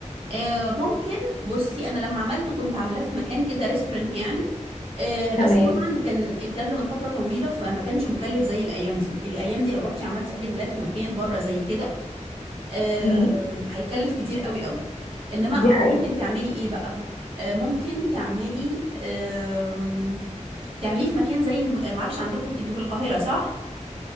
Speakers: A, on the right; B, on the left.
A: آه، ممكن بصي أنا لما عملته كنت عاملاه في مكان كده ريستورنت يعني آه، بس
B: تمام
A: طبعا كان الكلام ده من فترة طويلة فما كانش مكلف زي الأيام دي الأيام دي لو رحتي عملتي عيد الميلاد في مكان بره زي كده آه،
B: امم
A: هيكلف كتير قوي قوي إنما
B: دي حقيقة
A: ممكن تعملي إيه بقى آه، ممكن تعملي آم، تعمليه في مكان زي الم- معرفش عندكم انتوا في القاهرة صح؟